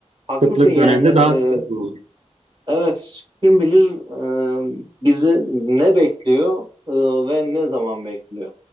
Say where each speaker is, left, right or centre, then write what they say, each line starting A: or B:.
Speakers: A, on the right; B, on the right.
A: haklısın
B: kıtlık
A: yani
B: döneminde daha
A: Ee,
B: sıkıntılı olur.
A: evet kim bilir e, bizi ne bekliyor e, ve ne zaman bekliyor.